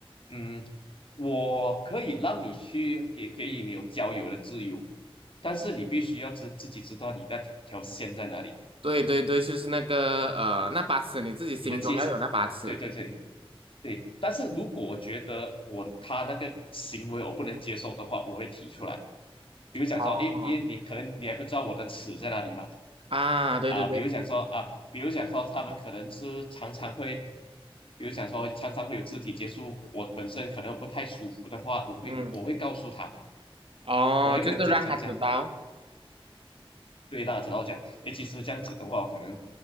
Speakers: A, on the left; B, on the right.
A: 嗯，我可以让你去给给予你有交友的自由，但是你必须要知自己知道你那条线在哪里，
B: 对对对，就是那个呃，那把尺，你自己心中要有那把尺。
A: 你的界限，对对对，对，但是如果我觉得我他那个行为我不能接受的话，我会提出来。比如讲说，
B: 哦，
A: 诶，因为你可能你还不知道我的尺在哪里嘛，
B: 啊，对对对，
A: 啊，比如讲说啊，比如讲说他们可能是常常会，比如讲说常常会有肢体接触，我本身可能不太舒服的话，我会我会告诉他，
B: 嗯。哦，
A: 我会跟他讲讲讲，
B: 就是让他知道
A: 对大家知道我讲，诶，其实这样子的话，可能